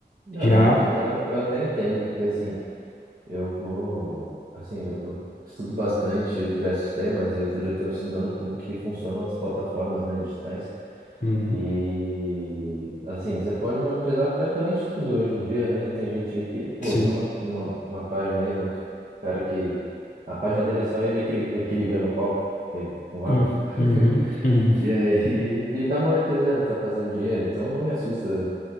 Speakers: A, on the right; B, on the left.
A: Não,
B: Já.
A: monetizar eu até entendo, porque assim, eu vou, assim, eu, eu estudo bastante diversos temas e outro dia eu estava estudando como que funcionam as plataformas, né, digitais.
B: Uhum,
A: E assim, você pode monetizar praticamente tudo hoje em dia, né? Tem gente aí que, pô,
B: sim.
A: eu vi uma, uma, uma página aí de um cara que a página dele é só ele equili- equilibrando o copo cheio de- com água.
B: Hum,
A: <laughs>
B: Uhum, uhum,
A: E aí, e tá monetizando, tá fazendo dinheiro, então não me assusta